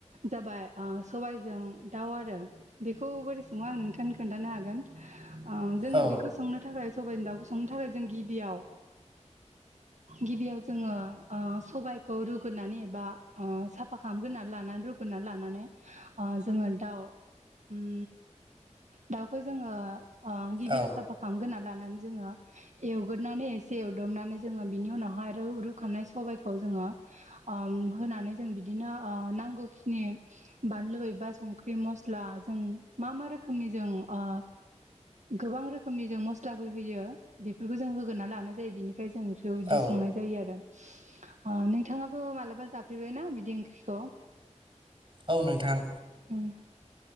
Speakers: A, on the right; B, on the right.
A: जाबाय ओ सबायजों दाउ आरो बेखौ बोरै सङो आं नोंथांनो खोन्थानो हागोन। ओ जों
B: औ
A: बेखौ संनो थाखाय। सबायजों दाउखौ संनो थाखाय। जों जों गिबियाव गिबियाव जोङो ओ। सबायखौ रुग्रोनानै एबा ओ साफा खालामग्रोनानै लानानै रुग्रोनानै लानानै ओ जोङो दाउ उम दाउखौ जोङो ओ गिबियाव
B: औ
A: साब फा खालामग्रोनानै लानानै जोङो एवग्रोनानै एसे एवदबनानै जोङो बिनि उनावहाय रु रुखानाय सबाय खौ जोङो ओम होनानै जों बिदिनो ओ नांगौखिनि बानलु एबा संख्रि, मस्ला जों मा मा रोखोमनि जों ओ गोबां रोखोमनि जों मस्लाफोर होयो बेफोरखौ जों होगोरना लानाय जायो बिनिफ्राय जों दोआव इदि
B: औ
A: संनाय जायो आरो ओ नोंथाङाबो मालाबा जाफेरबायना बिदि ओंख्रिखौ
B: औ नोंथां
A: उम